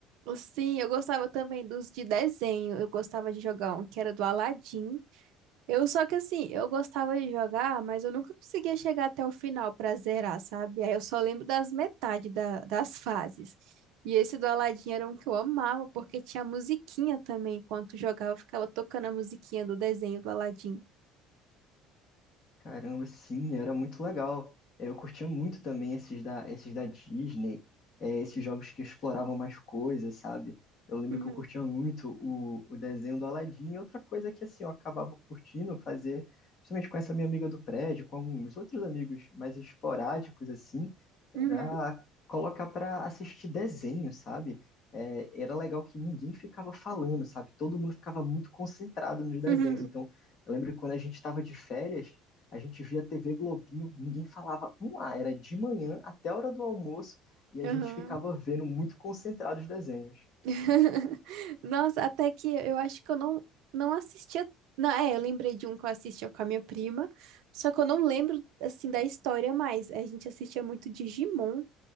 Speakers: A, on the right; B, on the left.
A: Sim, eu gostava também dos de desenho. Eu gostava de jogar um que era do Aladdin. Eu só que assim, eu gostava de jogar, mas eu nunca conseguia chegar até o final pra zerar, sabe? Aí eu só lembro das metade da, das <laughs> fases. E esse do Aladdin era um que eu amava, porque tinha musiquinha também. Enquanto jogava, eu ficava tocando a musiquinha do desenho do Aladdin.
B: Caramba, sim, era muito legal. É, Eu curtia muito também esses da, esses da Disney, é, esses jogos que exploravam mais coisas, sabe? Eu lembro
A: Uhum,
B: que eu curtia muito o, o desenho do Aladdin. E outra coisa que assim, eu acabava curtindo fazer, principalmente com essa minha amiga do prédio, com alguns outros amigos mais esporádicos, assim,
A: uhum,
B: era colocar para assistir desenho, sabe? É, era legal que ninguém ficava falando, sabe? Todo mundo ficava muito concentrado nos desenhos.
A: <laughs> uhum,
B: Então, eu lembro que quando a gente estava de férias, a gente via TV Globinho, ninguém falava um A, era de manhã até a hora do almoço e a
A: uhum.
B: gente ficava vendo muito concentrado os desenhos.
A: <laughs> Nossa, até que eu acho que eu não, não assistia. Não, é, eu lembrei de um que eu assistia com a minha prima, só que eu não lembro, assim, da história mais. A gente assistia muito Digimon